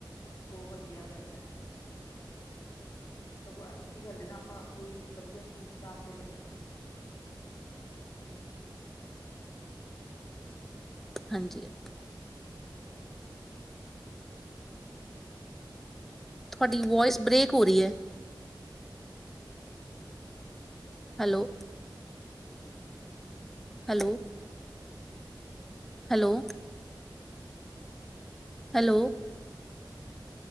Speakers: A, on the left; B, in the centre.
A: ਬਹੁਤ ਵਧੀਆ ਗੱਲ ਹੈ। ਸਗੋਂ ਅੱਛੀ ਗੱਲ ਹੈ, ਨਾ ਆਪਾਂ ਕੋਈ ਵਧੀਆ ਚੀਜ਼ ਤਾਂ ਆਪਦੇ ਬੱਚਿ
B: ਹਾਂਜੀ, ਹਾਂ। ਤੁਹਾਡੀ ਵੋਇਸ ਬਰੇੇਕ ਹੋ ਰਹੀ ਹੈ। Hello, hello, hello, hello,